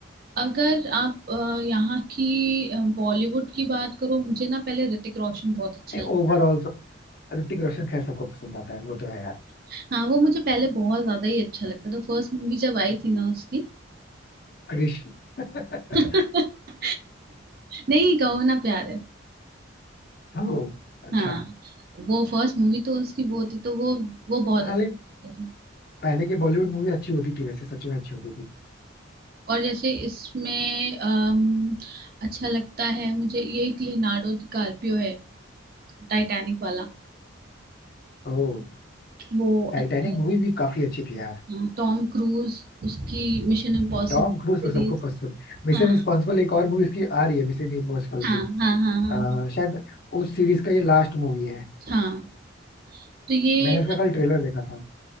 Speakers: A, on the right; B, on the left.
A: अगर आप अ, यहाँ की अ, बॉलीवुड की बात करो मुझे ना पहले ऋतिक रोशन बहुत अच्छा
B: नहीं
A: लगता
B: ओवरऑल ऋतिक रोशन खैर सबको पसंद आता है वो तो है यार
A: था हाँ वो मुझे पहले बहुत ज्यादा ही अच्छा लगता था फर्स्ट मूवी जब आई थी ना उसकी
B: हरीश <laughs>
A: <laughs> तो नहीं कहो ना प्यार है
B: ओ अच्छा
A: हाँ वो फर्स्ट मूवी तो उसकी वो थी तो वो वो बहुत
B: हाँ
A: अच्छा
B: लेकिन
A: था
B: पहले की बॉलीवुड मूवी अच्छी होती थी वैसे सच में अच्छी होती थी
A: और जैसे इसमें अम, अच्छा लगता है मुझे ये एक लियोनार्डो डिकार्पियो है टाइटैनिक वाला
B: ओ
A: वो
B: टाइटैनिक
A: अच्छा
B: मूवी भी काफी अच्छी थी यार
A: लगता है टॉम क्रूज उसकी मिशन इम्पॉसिबल
B: टॉम क्रूज तो
A: सीरीज
B: सबको पसंद मिशन
A: हाँ
B: इम्पॉसिबल एक और मूवी इसकी आ रही है मिशन इम्पॉसिबल
A: हाँ
B: की
A: हाँ हाँ हाँ
B: आ,
A: हाँ
B: शायद उस सीरीज का ये लास्ट मूवी है
A: हाँ, तो ये
B: मैंने उसका कल ट्रेलर देखा था